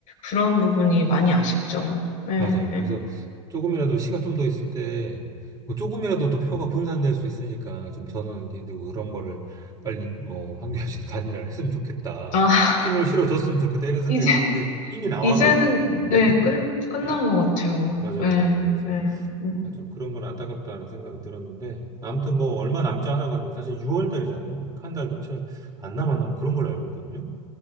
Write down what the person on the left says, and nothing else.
그런 부분이 많이 아쉽죠. 예,
예.
아 <laughs>
이제
이제는 네
끝, 끝난
것 같아요.
예,
예. 음.